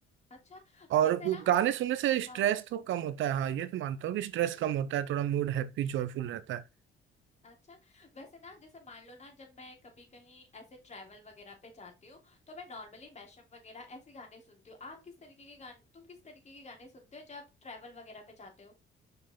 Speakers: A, on the left; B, on the right.
A: अच्छा
B: और
A: जैसे
B: वो
A: ना
B: गाने सुनने से
A: हाँ
B: स्ट्रेस तो कम होता है हाँ ये तो मानता हूँ कि स्ट्रेस कम होता है थोड़ा मूड हैप्पी जॉयफुल रहता है
A: अच्छा वैसे ना जैसे मान लो ना जब मैं कभी कहीं ऐसे ट्रैवल वगैरह पे जाती हूँ तो मैं नॉर्मली मैशअप वगैरह ऐसे गाने सुनती हूँ आप किस तरीके के गाने तुम किस तरीके के गाने सुनते हो जब ट्रैवल वगैरह पे जाते हो